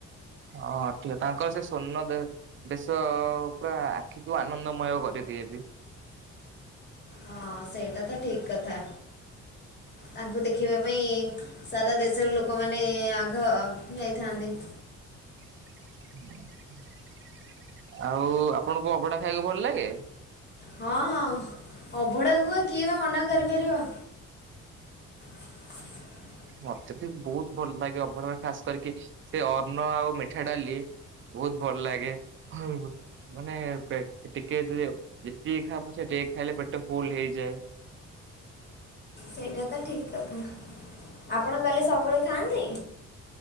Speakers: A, on the right (about 40°); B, on the left (about 35°).
A: ହଁ ଠିକ କଥା ତାଙ୍କର ସେ ସ୍ଵର୍ଣ୍ଣ ଦେ ବେଶ ପୁରା ଆଖିକୁ ଆନନ୍ଦମୟ କରିଦିଏ ବି।
B: ହଁ ସେଇଟା ତ ଠିକ୍ କଥା ତାଙ୍କୁ ଦେଖିବା ପାଇଁ ସାରା ଦେଶର ଲୋକମାନେ ଆଘ ଯାଇଥାନ୍ତି।
A: <unintelligible> ଆଉ ଆପଣଙ୍କୁ ଅଭଡା ଖାଇବାକୁ ଭଲ୍ ଲାଗେ?
B: ହଁ -ହଁ ଅଭଡ଼ାକୁ ବା କିଏ ବା ମନା କରିପାରିବ। <unintelligible>
A: ମତେ ବି ବହୁତ୍ ଭଲ ଲାଗେ ଅଭଡା ରେ ଖାସ୍ କରିକି ସେ ଅନ୍ନ ଆଉ ମିଠା ଡାଲି। ବହୁତ୍ ଭଲ ଲାଗେ <unintelligible> ମାନେ ଟେ-ଟିକେ ଯେ-ଯେତିକି ଖା ପଛେ ଟିକେ ଖାଇଲେ ପେଟ ଫୁଲ୍ ହେଇଯାଏ।
B: ସେଇଟା ତ ଠିକ୍ କଥା ଆପଣ ଗଲେ ସବୁବେଳେ ଖାଆନ୍ତି?